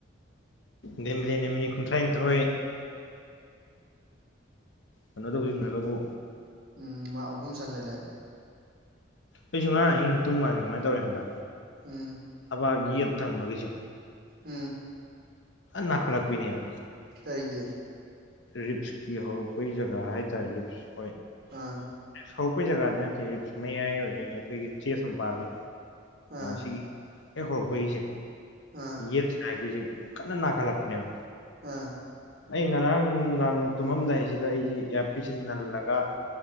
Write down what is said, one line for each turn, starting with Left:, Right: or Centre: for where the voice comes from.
Left: ꯅꯦꯃꯤꯗ ꯅꯦꯃꯤꯅꯤ ꯀꯨꯟꯊ꯭ꯔꯥꯅꯤꯊ ꯍꯣꯏ ꯀꯩꯅꯣ ꯇꯧꯁꯤꯟꯈ꯭ꯔꯒꯕꯨ
Right: ꯎꯝ ꯃꯥ ꯑꯍꯨꯝ ꯆꯟꯖꯜꯂꯛꯦ
Left: ꯑꯩꯁꯨ ꯉꯥꯡ ꯑꯍꯤꯡ ꯇꯨꯡ ꯃꯥꯟꯗꯦ ꯀꯃꯥꯏꯅ ꯇꯧꯔꯦ ꯍꯪꯕ꯭ꯔꯥ
Right: ꯎꯝ
Left: ꯄ ꯌꯦꯠ ꯊꯪꯕꯒꯤꯁꯦ
Right: ꯎꯝ
Left: ꯅ ꯈꯔꯥꯛꯄꯤꯅꯤꯔꯣ
Right: ꯀꯩꯒꯤ
Left: ꯔꯤꯞꯁꯀꯤ ꯍꯧꯔꯛꯄꯩ ꯖꯒꯥ ꯍꯥꯏꯇꯥꯔꯦ ꯔꯤꯞꯁ
Right: ꯑ
Left: ꯍꯧꯧꯔꯛꯄ ꯖꯒꯥꯗꯤ ꯅꯠꯇꯦ ꯔꯤꯞꯁ ꯃꯌꯥꯏ ꯑꯣꯏꯗꯣꯏꯅꯤ ꯑꯩꯈꯣꯏꯒꯤ ꯆꯦꯁ ꯑꯃ ꯄꯥꯒꯤ
Right: ꯑꯥ
Left: ꯁꯤꯒꯤ ꯍꯦꯛ ꯍꯧꯔꯛꯄꯒꯤꯁꯦ
Right: ꯑꯥ
Left: ꯌꯦꯠꯁ ꯍꯥꯏꯒꯤꯁꯦ ꯀꯅꯅꯥ ꯈꯔꯞꯅꯦꯕ
Right: ꯑꯥ
Left: ꯑꯩ ꯉꯔꯥꯡ ꯅꯨꯡꯗꯥꯡ ꯇꯨꯝꯃꯝꯗꯥꯏꯁꯤꯗ ꯑꯩꯁꯤ ꯏꯌꯥꯔ ꯄꯤꯁꯤꯟ ꯅꯜꯂꯒ